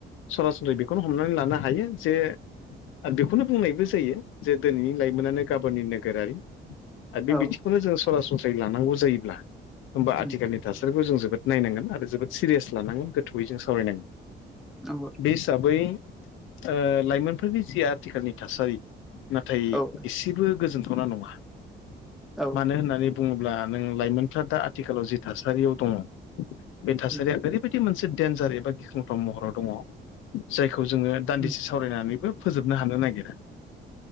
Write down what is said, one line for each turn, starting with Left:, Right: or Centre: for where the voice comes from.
Left: सरासन्रै बेखौनो हमनानै लानो हायो जे आं बेखौनो बुंनायबो जायो जे दिनैनि लाइमोनानो गाबोननि नोगोरारि। आरो बे
Centre: औ
Left: बिथिंखौनो जों सरासनस्रायै लानांगौ जायोब्ला होनबा
Centre: उम
Left: आथिखालनि थासारिखौ जों जोबोद नायनांगोन आरो जोबोद सिरियास लानांगोन गोथौयै जों सावरायनांगोन।
Centre: नंगौ।
Left: बे हिसाबै ओ लाइमोनफोरनि जि आथिखालनि थासारि। नाथाय
Centre: औ
Left: एसेबो गोजोनथावना नङा।
Centre: आदा औ
Left: मानो होननानै बुङोब्ला नों लाइमोनफ्रा दा आथिखालाव जि थासारियाव दङ बे थासारिया
Centre: उम
Left: ओरैबायदि मोनसे डेन्जार एबा गिथावथाव महराव दङ जायखौ जोङो दान्दिसे
Centre: उम
Left: सावरायनानैबो फोजोबनो हानो नागिरा।